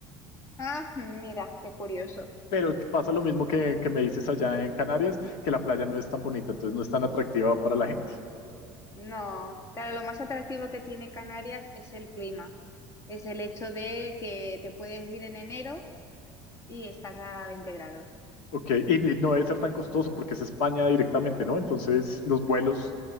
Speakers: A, on the left (about 30°); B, on the left (about 75°).
A: Ah, mira, qué curioso.
B: Pero pasa lo mismo que, que me dices allá en Canarias, que la playa no es tan bonita, entonces no es tan atractiva para la gente.
A: No, claro, lo más atractivo que tiene Canarias es el clima. Es el hecho de que te puedes ir en enero y estás a veinte grados.
B: Ok, y y no debe ser tan costoso porque es España directamente, ¿no? Entonces, los vuelos,